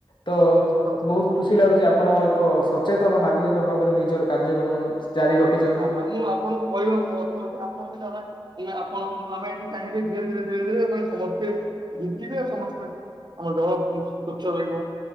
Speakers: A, on the left (about 55°); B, on the right (about 50°).
A: ତ
B: ସ- ସତ କଥା
A: ବହୁତ
B: ଭାଇ।
A: ଖୁସି ଲାଗୁଛି ଆପଣ ଏକ ସଚେତନ ନାଗରିକ ଭାବରେ ନିଜର କାର୍ଯ୍ୟକ୍ରମ ଜାରି ରଖିଛନ୍ତି।
B: ହଁ ଭାଇ ମୁଁ ଆପଣଙ୍କୁ କହିବାକୁ ମୁଁ <unintelligible> ହଉଚି ଆପଣ ବି ଜମା <unintelligible> ଆପଣ ମୁଁ ଆମେ ଏଠି ଚାହିଁଲେ ଧୀରେ ଧୀରେ ଧୀରେ ଧୀରେ ଆପଣ ସମସ୍ତେ ଭୁଁଜିବେ ସମସ୍ତେ। ଆମ ଦେହ ସ୍ଵଚ୍ଛ ରହିବ।